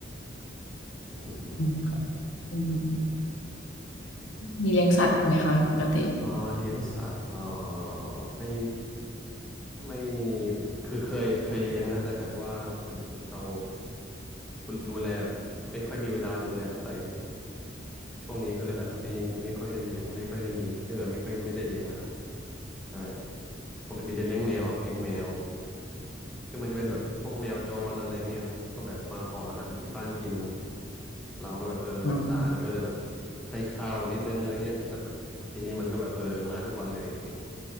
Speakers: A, in the centre; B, on the left (about 75°).
A: อืมอืม
B: อืมค่ะอืมมีเลี้ยงสัตว์ไหมคะปกติ
A: อ่าเลี้ยงสัตว์เอ่อไม่ไม่คือเคยเคยเลี้ยงนะแต่แบบว่าเป็นเราดูแลแบบไม่ค่อยมีเวลาดูแลเท่าไหร่ช่วงนี้ก็เลยแบบไม่ไม่ค่อยได้เลี้ยงไม่ค่อยได้มีเออไม่ค่อยไม่ได้เลี้ยงแล้วล่ะใช่ปกติจะเลี้ยงแมวครับเลี้ยงแมว คือมันจะเป็นแบบพวกแมวจรอะไรเงี้ยครับก็แบบมาขออาหารที่บ้านกินเราก็แบบเออสงสารก็เลยแบบ
B: อืม
A: ให้ข้าวนิดนึงอะไรเงี้ยแล้วแบบทีนี้มันก็แบบเออมาทุกวันเลยอย่างเงี้ย